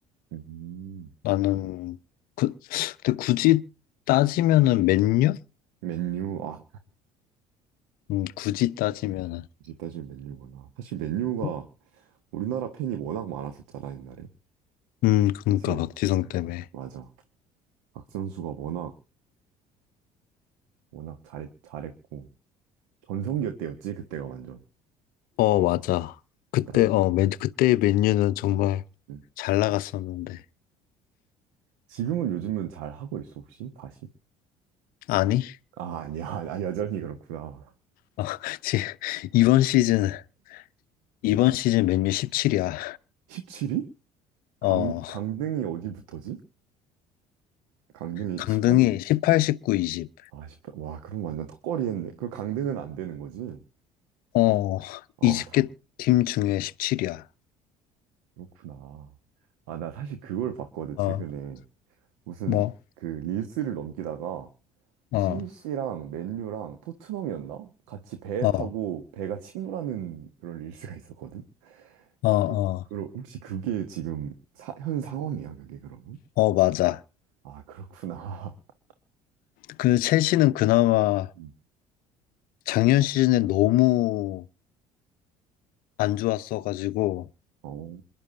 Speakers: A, on the right; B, on the left.
A: 음.
B: 나는 그 근데 굳이 따지면은 맨유?
A: 맨유 아
B: 음, 굳이 따지면은
A: 이제 따지면 맨유구나. 사실 맨유가
B: 어?
A: 우리나라 팬이 워낙 많았었잖아 옛날에.
B: 음 그러니까
A: 그치?
B: 박지성
A: 어,
B: 때문에
A: 맞아. 박 선수가 워낙 워낙 잘 잘했고 전성기 때였지 그때가 완전.
B: 어 맞아 그때
A: 난
B: 어 맨, 그때의 맨유는 정말
A: 음.
B: 잘 나갔었는데
A: 지금은 요즘은 잘 하고 있어 혹시 다시?
B: 아니
A: 아 아니야 아 여전히 그렇구나.
B: 어, <laughs> 지금 이번 시즌 이번 시즌 맨유 17이야
A: 17위? 강,
B: 어
A: 강등이 어디부터지? 강등이
B: 강등이
A: 18일?
B: 18, 19, 20.
A: 아, 십팔 와, 그럼 완전 턱걸이 했네. 그 강등은 안 되는 거지?
B: 어
A: 아,
B: 20개
A: 다,
B: 팀 중에 17이야
A: 그렇구나. 아, 나 사실 그걸 봤거든, 최근에.
B: 어
A: 무슨,
B: 뭐
A: 그, 릴스를 넘기다가,
B: 어
A: 첼시랑 맨유랑 토트넘이었나? 같이 배
B: 어
A: 타고 배가 침몰하는 그런 릴스가 있었거든?
B: 어 어
A: 그, 그럼 혹시 그게 지금 사- 현 상황이야, 그게 그러면?
B: 어 맞아
A: 아, 그렇구나. <laughs>
B: 그 첼시는 그나마
A: 음.
B: 작년 시즌에 너무 안 좋았어가지고
A: 어,